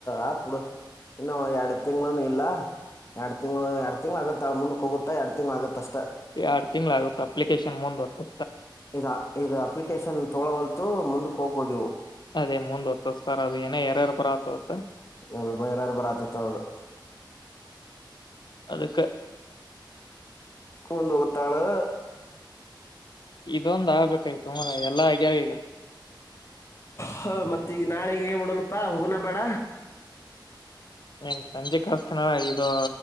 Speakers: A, on the left; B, on the left.
A: ಆತ್ ಬುಡು ಇನ್ನು ಎರಡ್ ತಿಂಗ್ಳನು ಇಲ್ಲ, ಎರಡ್ ತಿಂಗ್ಳ ಎರಡ್ ತಿಂಗ್ ಆಗುತ್ತಳ ಮುಂದಕ್ ಹೋಗುತ್ತಾ ಎರಡ್ ತಿಂಗಳ ಆಗುತ್ತ ಅಷ್ಟ.
B: ಎರಡ್ ತಿಂಗ್ಳ ಆಗುತ್ತೆ ಅಪ್ಲಿಕೇಶನ್ ಮುಂದ್ ವರ್ತು.
A: ಇದ ಇದ ಅಪ್ಲಿಕೇಶನ್ ತೊಳೋವಲ್ತು ಮುಂದ ಹೋಗ್ಬೋದಿವು
B: ಅದೇ ಮುಂದ ಹೊತ್ತಾರ ಅದು ಏನ ಯಾರ್ಯಾರು ಬರ ಆತ್ತ
A: ಅ ಬಹಿರತ್ ಬರ ಆತ್ ಹೌದು.
B: ಅದಕ
A: ಒಂದ ಹೋಗುತ್ತಾಳ.
B: ಇದೊಂದ ಆಗ್ಬೇಕಾಯತು. ತುಮಲ್ಲ ಎಲ್ಲ ಆಗ್ಯಾವ ಈಗ
A: ಹ ಮತ್ ಈಗ್ ನಾಲೆ ಏನ್ ಮಾಡಡಣಪ್ಪಾ ಹೋಗುನ ಬೇಡ.
B: ನೀ ಸಂಜೆ ಕಸ್ತನ ಇದು.